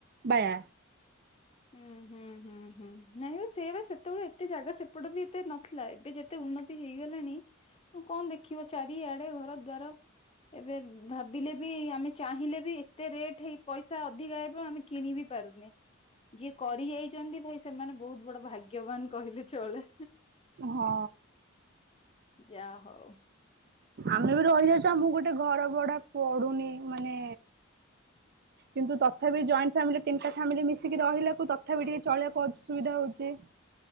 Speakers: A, on the right; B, on the left.
A: ବାୟା।
B: ହୁଁ ହୁଁ ହୁଁ ହୁଁ ନାଇଁ ବା ସେ ବା ସେତେବେଳେ ଏତେ ଜାଗା ସେପଟ ବି ଏତେ ନଥିଲା ଏବେ ଯେ ଏତେ ଉନ୍ନତି ହେଇଗଲାଣି ତ କଣ ଦେଖିବ ଚାରିଆଡେ ଘର ଦ୍ୱାର। ଏବେ ଭାବିଲେ ବି ଆମେ ଚାହିଁଲେ ବି ଏତେ ରେଟ ହେଇ ପଇସା ଅଧିକା ହେବ ଆମେ କିଣିବି ପରୁନେ ଯିଏ କରି ଯାଇଛନ୍ତି ଭାଇ ସେମାନେ ବହୁତ ବଡ ଭାଗ୍ୟବାନ କହିଲେ ଚଳେ।
A: ହଁ।
B: ଯାହା ହଉ।
A: ଆମେ ବି ରହିଯାଉଛୁ ଆମକୁ ଗୋଟେ ଘର ବଢା ପଡୁନି ମାନେ
B: <inaudible>
A: କିନ୍ତୁ ତଥାପି ଜଏଣ୍ଟ ଫାମିଲି ତିନିଟା ଫ୍ୟାମିଲି ମିଶିକି ରହିଲାକୁ ତଥାପି ଟିକେ ଚାଲିବା କୁ ଅସୁବିଧା ହଉଛି।